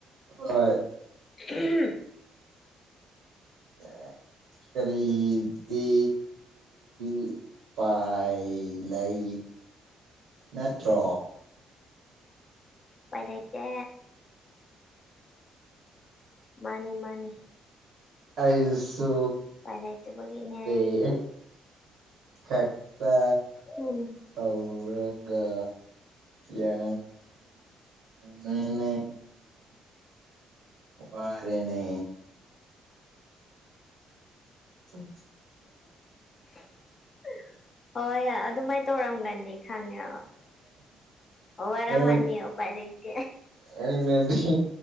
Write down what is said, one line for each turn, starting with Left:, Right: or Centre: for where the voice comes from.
Right: ꯍꯣꯏ
Left: ꯎ
Right: ꯑ ꯀꯔꯤꯗꯤ ꯎꯨꯞ ꯄꯥꯏ ꯂꯩꯥꯏ ꯅꯠꯇ꯭ꯔꯣ
Left: ꯄ ꯂꯩꯇꯦ ꯃꯥꯅꯤ ꯃꯥꯅꯤ
Right: ꯑꯩꯁꯨ
Left: ꯎꯄꯥꯏ ꯂꯩꯇꯕꯒꯤꯅꯦ
Right: ꯑ‌ꯦ ꯑ‌ꯦ ꯈꯛꯇ
Left: ꯎꯝ
Right: ꯇꯧꯔꯒ ꯌꯥ ꯅꯦ ꯅꯦ ꯋꯥꯔꯦꯅꯦ ꯎꯝ <inaudible>
Left: <inaudible> ꯍꯣꯏ ꯑꯗꯨꯃꯥꯏꯅ ꯇꯧꯔꯝꯒꯅꯤ ꯈꯪꯉꯦ ꯋꯥꯔꯝꯃꯅꯤ
Right: ꯅꯪ
Left: ꯎꯄꯥꯢ ꯂꯩꯇꯦ
Right: ꯅꯪꯅꯗꯤ